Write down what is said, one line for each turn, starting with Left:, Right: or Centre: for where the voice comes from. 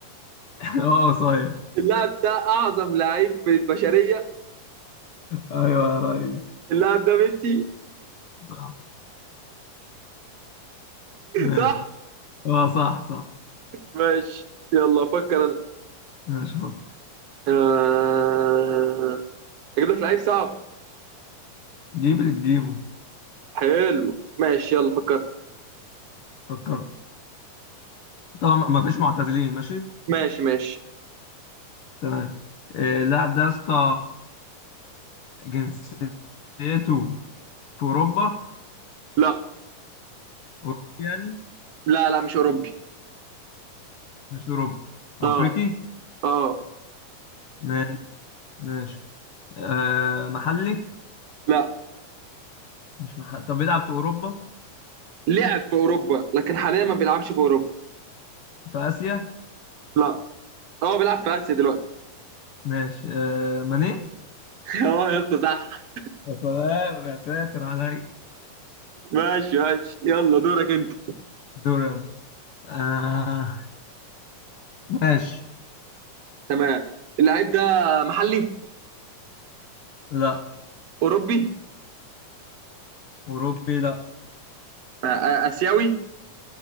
Left: اه <laughs> صحيح
Right: اللاعب ده اعظم لعيب في البشريه
Left: ايوه يا ريس
Right: اللاعب ده ميسي
Left: صح ماشي
Right: صح
Left: اه صح صح
Right: ماشي يلا فكر انا
Left: ماشي فكر
Right: آه... اجيب لك لعيب صعب
Left: جيب اللي تجيبه
Right: حلو ماشي يلا فكرت
Left: فكرت طبعا ما ما فيش معتزلين ماشي
Right: ماشي ماشي
Left: تمام آه، اللاعب ده يا اسطى جنسيته في أوروبا
Right: لا
Left: أوروبي يعني
Right: لا لا مش اوروبي
Left: مش أوروبي أفريقي
Right: اه اه
Left: ماشي ماشي أه محلي
Right: لا
Left: مش محلي طب بيلعب في أوروبا
Right: لعب في اوروبا لكن حاليا ما بيلعبش في اوروبا
Left: في آسيا
Right: لا اه بيلعب في اسيا دلوقتي
Left: ماشي أه ماني
Right: <laughs> اه يا اسطى صح
Left: يا سلام يا ساتر علي
Right: ماشي ماشي يلا دورك انت
Left: دوران آه ماشي
Right: تمام اللعيب ده محلي
Left: لا
Right: اوروبي
Left: أوروبي لا
Right: آه، آه، اسيوي